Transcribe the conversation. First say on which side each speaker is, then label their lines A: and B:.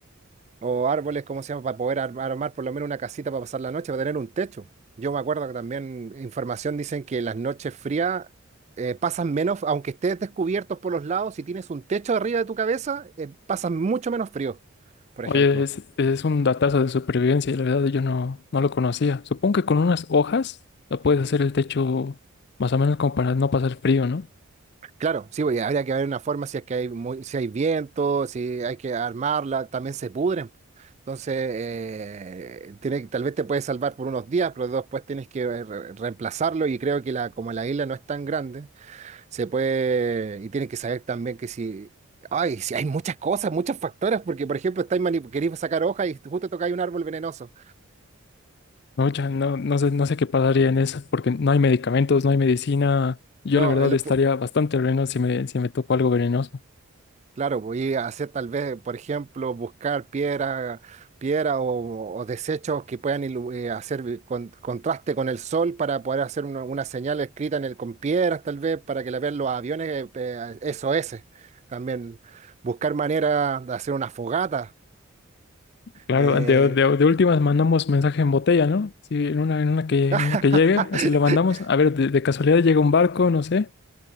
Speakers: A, on the right; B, on the left.
A: o árboles, ¿cómo se llama?, para poder ar- armar por lo menos una casita para pasar la noche, para tener un techo. Yo me acuerdo que también información dicen que las noches frías eh, pasan menos, aunque estés descubiertos por los lados, si tienes un techo arriba de tu cabeza, eh, pasan mucho menos frío, por
B: Oye,
A: ejemplo.
B: es, es un datazo de supervivencia y la verdad yo no, no lo conocía. Supongo que con unas hojas lo puedes hacer el techo más o menos como para no pasar frío, ¿no?
A: Claro, sí, pues, habría que ver una forma si es que hay muy- si hay viento, si hay que armarla, también se pudren. Entonces, eh, tiene, tal vez te puede salvar por unos días, pero después tienes que re- reemplazarlo y creo que la, como la isla no es tan grande, se puede, y tienes que saber también que si, ay, si hay muchas cosas, muchos factores, porque por ejemplo, estáis mani- queréis sacar hojas y justo tocáis un árbol venenoso.
B: No, ya no, no sé, no sé qué pasaría en eso, porque no hay medicamentos, no hay medicina. Yo
A: No,
B: la verdad
A: el-
B: estaría bastante veneno si me, si me tocó algo venenoso.
A: Claro, voy a hacer tal vez, por ejemplo, buscar piedra, piedra o, o desechos que puedan ilu- eh, hacer vi- con- contraste con el sol para poder hacer una, una señal escrita en el, con piedras, tal vez, para que la vean los aviones eh, eh, SOS. También buscar manera de hacer una fogata.
B: Claro,
A: eh,
B: de, de, de últimas mandamos mensaje en botella, ¿no? Sí, en una, en una que,
A: <laughs>
B: en una que llegue, así lo mandamos. A ver, de, de casualidad llega un barco, no sé.